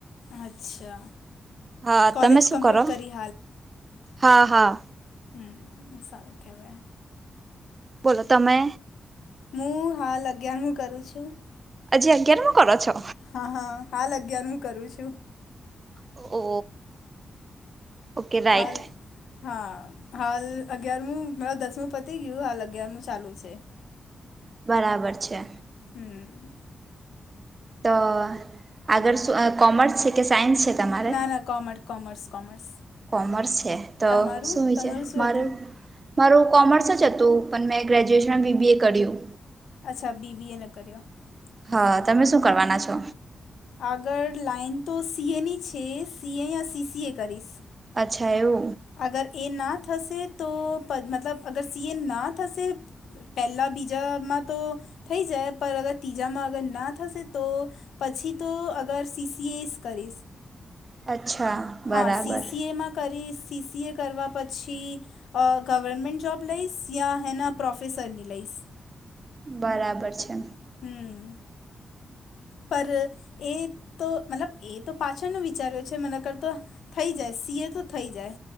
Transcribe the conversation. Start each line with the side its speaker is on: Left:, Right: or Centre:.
Left: અચ્છા
Right: હા
Left: કોલેજ
Right: તમે શું
Left: કમ્પ્લીટ
Right: કરો
Left: કરી
Right: હા હા
Left: હમ્મ સારું કેવાય
Right: બોલો તમે
Left: હું હાલ અગ્યાર મુ કરું છું
Right: હજી અગિયારમુ કરો છો
Left: હા હા હાલ અગિયાર મુ કરું છું
Right: ઓ ઓકે રાઈટ
Left: હાલો. હા હાલ અગિયારમું મા દસમું પતી ગયું હાલ અગિયારમું ચાલુ છે.
Right: બરાબર છે.
Left: હમ.
Right: તો અગર કોમર્સ છે કે સાયન્સ છે? તમારે
Left: ના ના કોમર્સ કોમર્સ કોમર્સ.
Right: કોમર્સ છે તો
Left: તમારું
Right: શું
Left: તમારું
Right: છે
Left: શું
Right: મારે.
Left: હતું
Right: મારું કોમર્સ જ હતું પણ મેં ગ્રેજ્યુએશનમાં બી બી એ કર્યું.
Left: અચ્છા બી બી એ ના કર્યો.
Right: હા
Left: સારું
Right: તમે
Left: કહેવાય
Right: શું કરવાના છો?
Left: આગળ લાાઈન તો સી એની છે સીએ યાં સી સીએ કરીશ.
Right: અચ્છા એવુ.
Left: અગર એ ના થશે તો મતલબ અગર સી એ ના થશે. પહેલા બીજામાં તો, થઈ જાય પણ અગર ત્રીજામાં અગર ના થશે તો. પછી તો અગર સી સી એસ કરીશ.
Right: અચ્છા.
Left: હા
Right: બરાબર
Left: સીસી એમાં કરી સી સીએ કરવા પછી અ ગવર્મન્ટ જોબ લઈશ યા હેના પ્રોફેસરની લઈશ.
Right: બરાબર છે.
Left: હમ. પર એ તો મતલબ એ તો પાછળનું વિચાર્યું છે મને કરતો. થઈ જાય સી એ તો થઈ જાય.